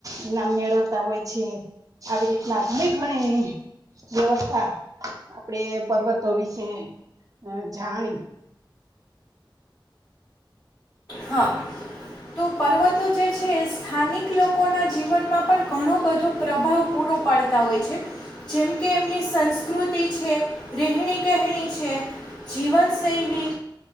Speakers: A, on the right; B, on the left.
A: ઈનામ મેળવતા હોય છે આવી રીતના ઘણી ઘણી વ્યવસ્થા આપડે પર્વતો વિશે જાણી.
B: હા તો પર્વતો જે છે એ સ્થાનિક લોકોના જીવનમાં પણ ઘણો બધો પ્રભાવ પૂરો પાડતા હોય છે જેમ કે એમની સંસ્કૃતિ છે. રેહણી કહેણી છે. છે જીવન શૈલી